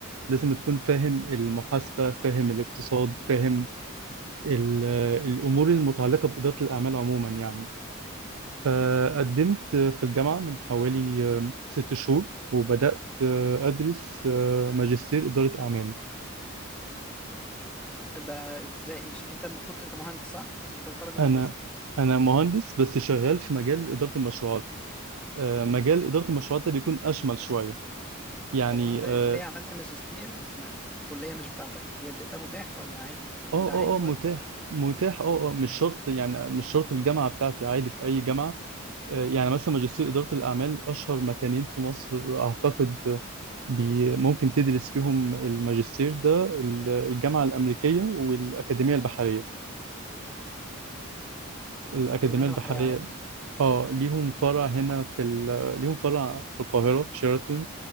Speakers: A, on the right (about 80°); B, in the centre.
A: لازم تكون فاهم المحاسبة فاهم الاقتصاد فاهم ال- الأمور المتعلقة بإدارة الأعمال عموما يعني فقدمت في الجامعة من حوالي ست شهور وبدأت آه، أدرس آه، ماجستير إدارة أعمال
B: ده إزاي مش أنت المفروض أنت مهندس صح؟ يعني أنت متخرج من
A: أنا
B: هندسة
A: أنا مهندس بس شغال في مجال إدارة المشروعات آه، مجال إدارة المشروعات ده بيكون أشمل شوية يعني
B: طب وأنت
A: آه
B: إزاي عملت ماجستير م- في كلية مش بتاعتك؟ هي ده ده متاح ولا عادي؟ يعني
A: آه
B: ده
A: آه
B: عادي
A: آه، متاح
B: ولا
A: متاح آه آه مش شرط يعني مش شرط الجامعة بتاعتي عادي في أي جامعة يعني مثلا ماجستير إدارة الأعمال أشهر مكانين في مصر أعتقد بي ممكن تدرس فيهم الماجستير ده ال- الجامعة الأمريكية والأكاديمية البحرية الأكاديمية
B: الأكاديمية
A: البحرية
B: البحرية عارفها؟
A: آه ليهم فرع هنا في ال... ليهم فرع في القاهرة في شيراتون